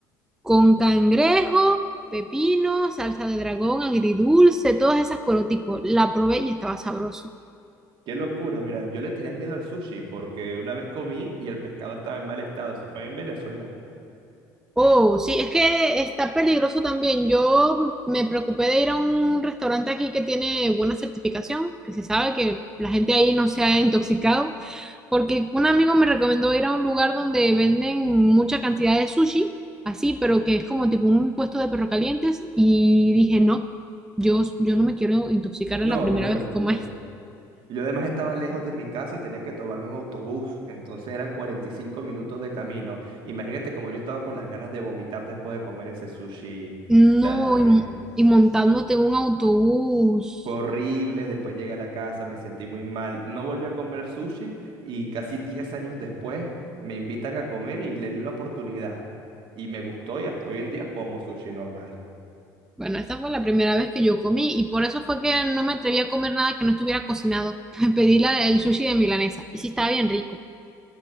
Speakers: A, in the centre; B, on the right (about 60°).
A: con cangrejo, pepino, salsa de dragón, agridulce, todas esas corotico. La probé y estaba sabroso.
B: Qué locura, mira, yo le tenía miedo al sushi porque una vez comí y el pescado estaba en mal estado, eso fue en Venezuela.
A: Oh, sí, es que está peligroso también. Yo me preocupé de ir a un restaurante aquí que tiene buena certificación, que se sabe que la gente ahí no se ha intoxicado, porque un amigo me recomendó ir a un lugar donde venden mucha cantidad de sushi, así, pero que es como tipo un puesto de perro calientes, y dije, no, yo, yo no me quiero intoxicar
B: No,
A: en la primera
B: es una locura.
A: vez que coma
B: Yo además estaba lejos de mi casa, tenía que tomarme un autobús, entonces eran 45 minutos de camino. Imagínate como yo estaba con las ganas de vomitar después de comer ese sushi
A: No,
B: tanto tiempo.
A: y, mo- y montándote en un autobús.
B: Fue horrible, después llegué a la casa, me sentí muy mal, no volví a comer sushi y casi 10 años después me invitan a comer y le di una oportunidad y me gustó y hasta hoy en día como sushi normal.
A: Bueno, esa fue la primera vez que yo comí y por eso fue que no me atreví a comer nada que no estuviera cocinado. <laughs> Pedí la, el sushi de milanesa y sí estaba bien rico.